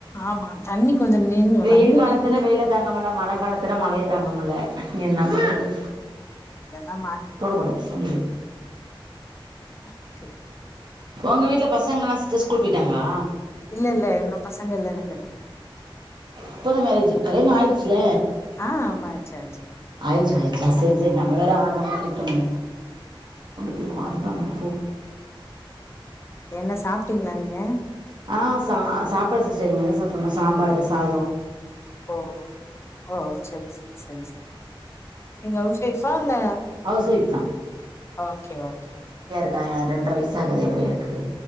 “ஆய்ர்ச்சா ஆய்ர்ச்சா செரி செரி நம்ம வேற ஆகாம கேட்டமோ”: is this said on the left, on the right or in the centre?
Right